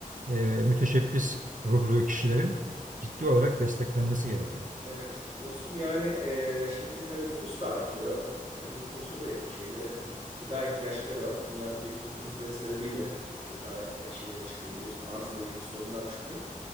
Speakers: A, on the right; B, on the right.
A: e, müteşebbis ruhlu kişilerin ciddi olarak desteklenmesi gerekiyor.
B: Evet dostum yani e, şimdi tabii nüfus da artıyor. E, bu nüfusun da şeylere gıda ihtiyaçları var. Dünyada da iklim krizleri sebebiyle gıda ihtiya- şeyleri çıkıyor biliyorsun. Arzla ilgili sorunlar çıkıyor.